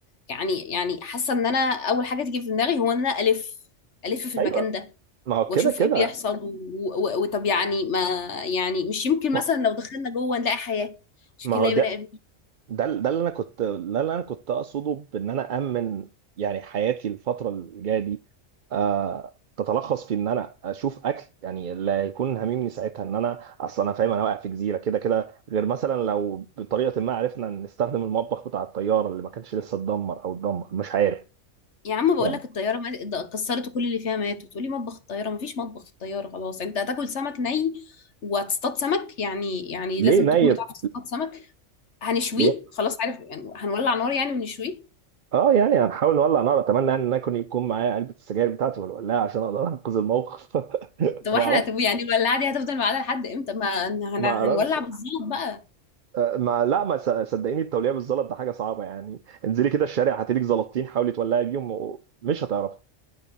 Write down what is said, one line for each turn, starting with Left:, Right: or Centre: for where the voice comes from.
Left: يعني يعني حاسة ان انا اول حاجة تيجي في دماغي هو ان انا الف الف في
Right: ايوه
Left: المكان ده
Right: ما هو
Left: واشوف
Right: كده كده
Left: ايه بيحصل و- و- وطب يعني ما يعني مش يمكن
Right: ما
Left: مثلا لو دخلنا جوه نلاقي حياة مش
Right: ما
Left: يمكن
Right: هو
Left: نلاقي
Right: ده
Left: بني ادمين
Right: ده ال- ده اللي انا كنت ده اللي انا كنت اقصده بان انا امن يعني حياتي الفتره اللي جايه دي آه تتلخص في ان انا اشوف اكل يعني اللي هيكون هاممني ساعتها ان انا اصلا انا فاهم انا واقع في جزيره كده كده غير مثلا لو بطريقه ما عرفنا نستخدم المطبخ بتاع الطياره اللي ما كانش لسه اتدمر او اتدمر مش عارف
Left: يا عم بقول
Right: يعني
Left: لك الطياره مات... ده كسرت كل اللي فيها مات وتقولي مطبخ الطياره مفيش مطبخ في الطياره خلاص انت هتاكل سمك ني وهتصطاد سمك يعني يعني
Right: ليه
Left: لازم
Right: نيت
Left: تكون بتعرف تصطاد سمك هنشويه
Right: ليه
Left: خلاص عارف يعني هنولع نار يعني ونشويه
Right: اه يعني هنحاول نولع نار اتمنى يعني ان انا يكون يكون معايا علبه السجاير بتاعتي والولاعه عشان اقدر انقذ الموقف <laughs>
Left: ده واحنا
Right: ما اعرفش
Left: هتبقى يعني الولاعه دي هتفضل معانا لحد امتى ما هن...
Right: ما
Left: هنولع
Right: اعرفش
Left: بالظبط بقى
Right: آه، ما لا ما س- صدقيني التوليع بالزلط ده حاجه صعبه يعني انزلي كده الشارع هاتلك زلطتين حاولي تولعي بيهم و- مش هتعرفي